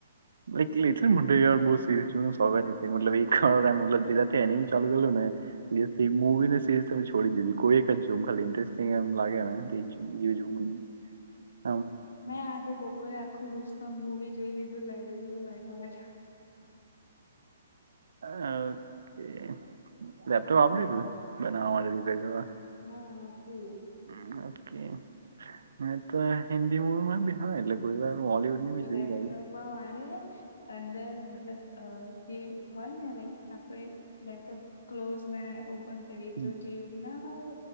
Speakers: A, on the right; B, on the left.
A: એટલે <inaudible> બવ સીરીઝ <unintelligible> એક મતલબ જુદા એમી ચાલુ ગેલું ને મુવી ને સીરીઝ તમે છોડી દીધી કોઈ એક જ જોમ ખાલી ઇન્ટરેસ્ટિંગ એમ લાગેને તે જ જોમ. <unintelligible>
B: મેં આજે બપોરે આખું રુસ્તમ મુવી જોઈ લીધું લાઈબ્રેરી માં બેઠા બેઠા.
A: ઓકે લેપટોપ આપી દીધું? બનાવા રિપેર કરવા
B: હા હતું
A: <unintelligible> કે મે તો હિન્દી મુમાં બીહાર એલે કોઈ વાર બોલીવુડની બી જોઈ
B: લેપટોપમાં
A: કાઢું
B: મારે અંદર મતલબ અ જે હોય ને લાઈક આપડ લેપટોપ ક્લોઝ ને ઉપ પણ કરીએ
A: હમ
B: તો જે એલું ના હોય